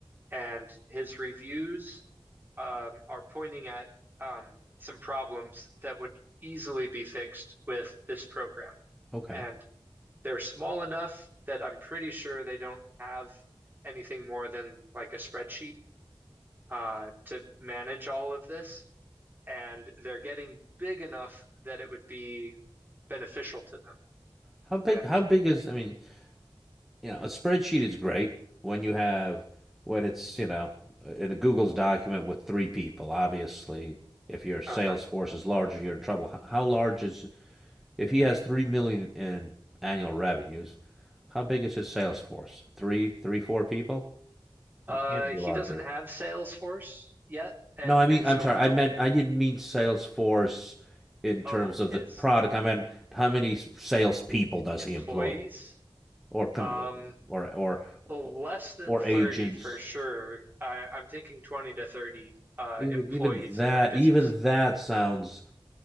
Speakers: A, on the right; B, in the centre.
A: and his reviews um, are pointing at um, some problems that would easily be fixed with this program.
B: Okay.
A: And they're small enough that I'm pretty sure they don't have anything more than like a spreadsheet uh, to manage all of this. And they're getting big enough that it would be beneficial to them.
B: How big?
A: And
B: How big is? I mean, you know, a spreadsheet is great when you have when it's you know in a Google's document with three people. Obviously, if your sales
A: uh-huh.
B: force is larger, you're in trouble. How, large is if he has three million in annual revenues? How big is his sales force? Three, three, four people.
A: uh,
B: It can't be
A: he
B: larger.
A: doesn't have Salesforce yet, and
B: No, I mean,
A: and so
B: I'm sorry.
A: I
B: I meant I didn't mean sales force in terms
A: oh
B: of
A: his
B: the product. I meant how many salespeople does
A: employees
B: he employ, or con-
A: Um,
B: or or
A: well, less than
B: or
A: 30
B: agents.
A: for sure. I, I'm thinking 20 to 30 uh,
B: Even
A: employees
B: even that
A: in that business.
B: even that sounds